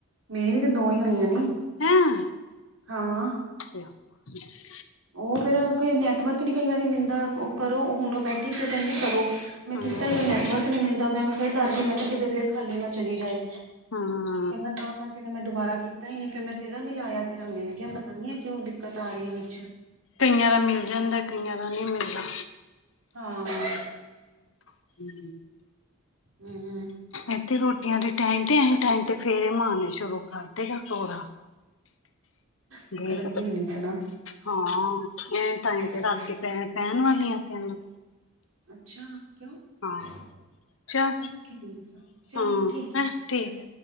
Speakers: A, on the right (about 75°); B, on the left (about 65°).
A: ਮੇਰੀ ਵੀ ਤੇ ਦੋ ਈ ਹੋਈਆਂ ਨੇ,
B: ਹੈਂ
A: ਹਾਂ।
B: <inaudible>
A: ਓ ਫੇਰ ਨੈਟਵਰਕ ਨਈਂ ਕਈ ਵਾਰੀ ਮਿਲਦਾ ਓ ਕਰੋ ਹੁਨ ਓ ਬੈਠੀ ਸੀ, ਕੈਂਦੀ ਕਰੋ। ਮੈਂ ਕੀਤਾ
B: ਹਮ
A: ਓਦਾ ਨੈਟਵਰਕ ਨਈਂ ਮਿਲਦਾ, ਮੈਂ ਫਿਰ ਡਰ ਗਈ ਮੈਂ ਕੇਯਾ ਕਿਤੇ ਫੇਰ ਖਾਲੀ ਨਾ ਚਲੀ ਜਾਏ।
B: ਹਾਂ।
A: ਤੇ ਮੈਂ ਤਾਂ ਕਾਰਕੇ ਓਨੂੰ ਮੈਂ ਦੁਬਾਰਾ ਕੀਤਾ ਹੀ ਨਈਂ ਫੇਰ ਮੈਂ ਤੇਰਾ ਮਿਲਾਇਆ ਤੇਰਾ ਮਿਲ ਗਿਆ ਪਤਾ ਨੀ ਐ ਕਯੋ ਦਿੱਕਤ ਆਰੀ ਵਿੱਚ।
B: ਕਈਆਂ ਦਾ ਮਿਲ ਜਾਂਦਾ, ਕਈਆਂ ਦਾ ਨਈਂ ਮਿਲਦਾ।
A: ਹਾਂ।
B: <inaudible>
A: ਹੁੰ।
B: ਏਥੇ ਰੋਟੀਆਂ ਦੇ ਟਾਈਮ ਤੇ ਐ ਟਾਈਮ ਤੇ ਫੇਰੇ ਮਾਰਨੇ ਸ਼ੁਰੂ ਕਰ ਦੇਗਾ ਸੋਹਰਾ।
A: ਪੁਖ
B: ਵੀ
A: ਲੱਗੀ ਹੋਣੀ ਸੂੰ ਨਾ।
B: ਹਾਂ, ਐ ਟਾਈਮ
A: ਹਮ
B: ਤੇ ਰਾਤੀ ਪੈ ਪੈਂਣ ਵਾਲੀਆਂ ਸੀ ਏਨੂੰ।
A: ਅੱਛਾ, ਕਿਉਂ
B: ਹਾਂ
A: ਕਿਉ
B: ਚੱਲ
A: ਚਲ
B: ਹਾਂ
A: ਠੀਕ ਐ।
B: ਹੈਂ ਠੀਕ।